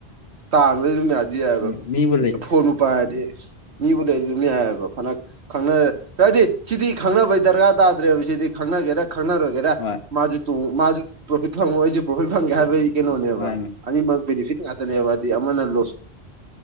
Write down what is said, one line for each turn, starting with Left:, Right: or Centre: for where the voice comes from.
Right: ꯇꯥꯟꯕꯗꯤ ꯑꯗꯨꯝ ꯌꯥ ꯑꯗꯨꯗꯤ ꯌꯥꯏꯑꯕ
Left: ꯎꯝ ꯃꯤꯕꯨ ꯂꯩ
Right: ꯐꯣꯟꯕꯨ ꯄꯥꯏ ꯍꯥꯏꯔꯗꯤ ꯃꯤꯕꯨꯗꯤ ꯃꯤ ꯍꯥꯏꯌꯦꯕ ꯐꯟꯗꯛ ꯈꯪꯅꯔꯦ ꯍꯥꯏꯗꯤ ꯁꯤꯗꯤ ꯈꯪꯅꯕꯩ ꯗꯔꯀꯥꯔ ꯇꯥꯗ꯭ꯔꯦꯕ ꯁꯤꯗꯤ ꯈꯪꯅꯒꯦꯔ ꯈꯪꯅꯔꯣꯏꯒꯦꯔꯥ
Left: ꯍꯣꯏ
Right: ꯃꯥꯁꯨ ꯇꯣꯡ ꯃꯥꯁꯨ ꯄ꯭ꯔꯣꯐꯤꯠ ꯐꯪꯉꯨ ꯑꯩꯁꯨ ꯄ꯭ꯔꯣꯐꯤꯠ ꯐꯪꯒꯦ ꯍꯥꯏꯕꯒꯤ ꯀꯩꯅꯣꯅꯦꯕ
Left: ꯃꯥꯅꯦ
Right: ꯑꯅꯤꯃꯛ ꯕꯦꯅꯤꯐꯤꯠ ꯉꯥꯛꯇꯅꯦꯕ ꯍꯥꯏꯗꯤ ꯑꯃꯅ ꯂꯣꯁ